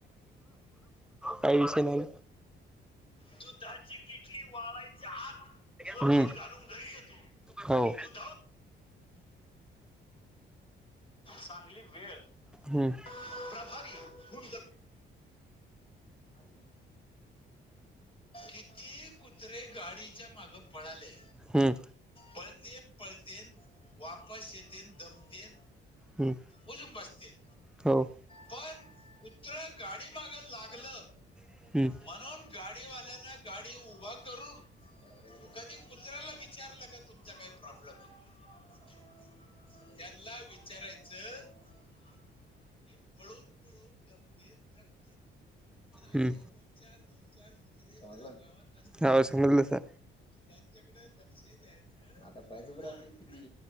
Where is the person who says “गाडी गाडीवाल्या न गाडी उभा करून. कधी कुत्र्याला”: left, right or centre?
Left